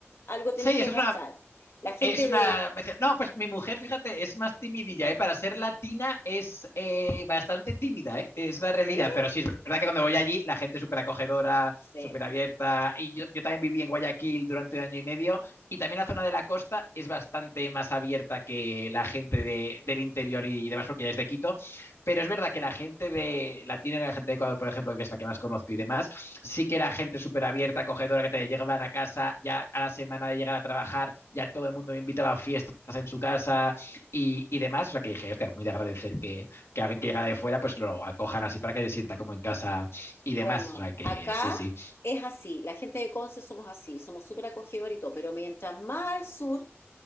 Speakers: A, on the left; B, on the left.
A: algo
B: Sí,
A: tenéis que
B: eso
A: cachar.
B: es una,
A: La gente
B: Es una.
A: de...
B: me decía, No, pues mi mujer, fíjate, es más timidilla, ¿eh? Para ser latina es eh, bastante tímida, ¿eh? Es la realidad.
A: ¿sí?
B: Pero sí, es verdad que cuando voy allí, la gente es súper acogedora,
A: Sí.
B: súper abierta. Y yo, yo también viví en Guayaquil durante un año y medio. Y también la zona de la costa es bastante más abierta que la gente de- del interior y demás, porque ya es de Quito. Pero es verdad que la gente de latina, la gente de Ecuador, por ejemplo, que es la que más conozco y demás, sí que era gente súper abierta, acogedora, que te llegaban a casa ya a la semana de llegar a trabajar, ya todo el mundo me invitaba a fiestas en su casa y, y demás. O sea que dije, hostia, muy de agradecer que, que alguien que llega de fuera pues lo acojan así para que se sienta como en casa y demás.
A: Bueno,
B: O sea que
A: acá
B: sí, sí,
A: es así, la gente de Conce somos así, somos súper acogedor y todo, pero mientras más al sur,